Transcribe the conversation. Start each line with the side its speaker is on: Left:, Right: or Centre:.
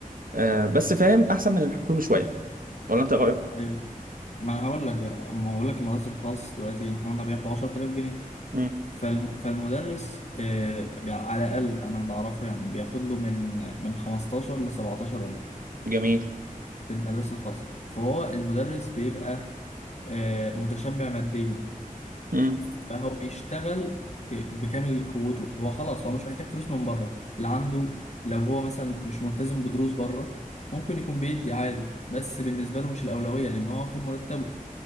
Right: آه... بس فاهم أحسن من الحكومي شوية ولا أنت رأيك؟
Left: ايوه ما انا هقول لك بقى ما هقول لك المدرسه الخاص دلوقتي احنا قلنا بياخدوا 10000 جنيه
Right: مم.
Left: فالم... فالمدرس آه، بي- على الأقل أنا اللي أعرفه يعني بياخد له من من 15 ل 17 ألف
Right: جميل
Left: في المدرسة الخاصة فهو المدرس بيبقى آه، متشبع ماديا
Right: مم.
Left: فهو بيشتغل آه، بكامل قوته هو خلاص هو مش محتاج فلوس من بره اللي عنده لو هو مثلا مش ملتزم بدروس بره ممكن يكون بيدي عادي بس بالنسبة له مش الأولوية لأن هو واخد مرتبه